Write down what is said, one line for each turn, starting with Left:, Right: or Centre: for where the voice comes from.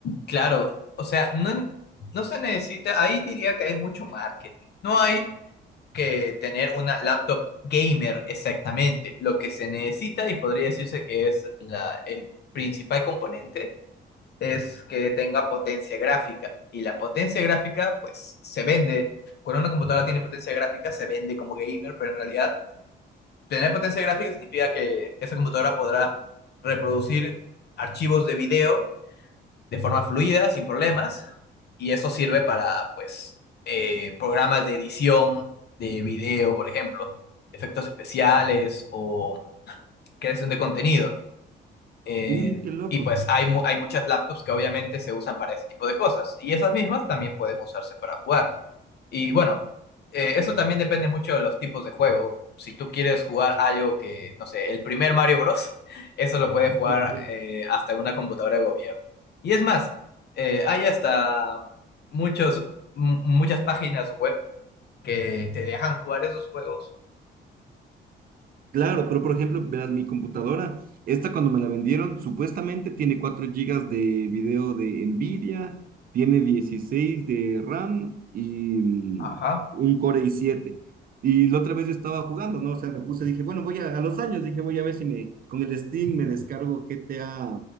Left: claro, o sea, no, no se necesita, ahí diría que hay mucho marketing. No hay que tener una laptop gamer exactamente. Lo que se necesita y podría decirse que es la, el principal componente es que tenga potencia gráfica. Y la potencia gráfica, pues, se vende. Cuando una computadora tiene potencia gráfica, se vende como gamer, pero en realidad tener potencia gráfica significa que esa computadora podrá reproducir archivos de video de forma fluida, sin problemas, y eso sirve para, pues, eh, programas de edición de video, por ejemplo, efectos especiales o creación de contenido. Eh,
Right: Mm, qué loco.
Left: y pues hay, mu- hay muchas laptops que obviamente se usan para ese tipo de cosas, y esas mismas también pueden usarse para jugar. Y bueno, eh, eso también depende mucho de los tipos de juego. Si tú quieres jugar algo que, no sé, el primer Mario Bros., <laughs> eso lo puedes
Right: <laughs>
Left: jugar eh, hasta en una computadora de gobierno. Y es más, eh, hay hasta muchos, mu- muchas páginas web que te dejan jugar esos juegos.
Right: Claro, pero por ejemplo, verás, mi computadora, esta cuando me la vendieron, supuestamente tiene 4 gigas de video de NVIDIA, tiene 16 de RAM y mm,
Left: Ajá.
Right: un Core i7. Y la otra vez yo estaba jugando, ¿no? O sea, me puse, dije, bueno, voy a, a los años, dije, voy a ver si me, con el Steam me descargo GTA,